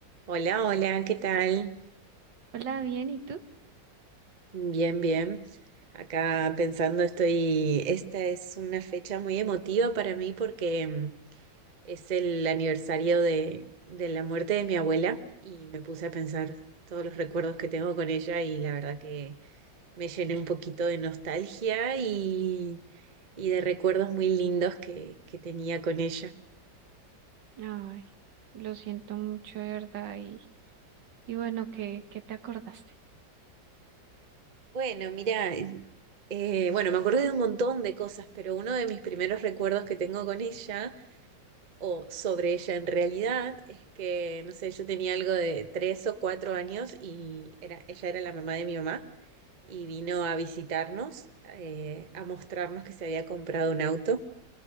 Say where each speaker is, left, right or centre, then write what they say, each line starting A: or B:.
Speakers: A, on the right (about 35°); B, on the right (about 70°).
A: Hola, hola, ¿qué tal?
B: Hola, bien, ¿y tú?
A: Bien, bien. Acá pensando estoy, esta es una fecha muy emotiva para mí porque mm, es el aniversario de, de la muerte de mi abuela y me puse a pensar todos los recuerdos que tengo con ella y la verdad que me llené un poquito de nostalgia y, y de recuerdos muy lindos que, que tenía con ella.
B: Ay, lo siento mucho, de verdad. Y, y bueno, ¿qué, qué te acordaste?
A: Bueno, mira, eh, bueno, me acordé de un montón de cosas, pero uno de mis primeros recuerdos que tengo con ella o sobre ella en realidad es que, no sé, yo tenía algo de tres o cuatro años y era, ella era la mamá de mi mamá y vino a visitarnos, eh, a mostrarnos que se había comprado un auto.